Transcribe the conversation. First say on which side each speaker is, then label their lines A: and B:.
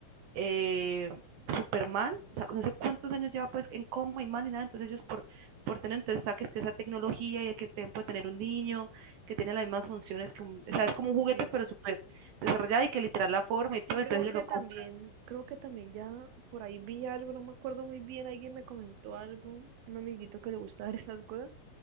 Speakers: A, on the right; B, on the right.
A: eh, súper mal, o sea, no sé cuántos años lleva pues en coma y mal y nada, entonces ellos por, por tener, entonces saques que esa tecnología y que tiempo de tener un niño que tiene las mismas funciones que un, o sea, es como un juguete
B: sí.
A: pero súper desarrollado y que literal la forma
B: Es
A: y todo,
B: que creo
A: entonces ellos
B: que
A: lo compran
B: también, creo que también ya por ahí vi algo, no me acuerdo muy bien, alguien me comentó algo, un amiguito que le gusta <laughs> ver esas cosas,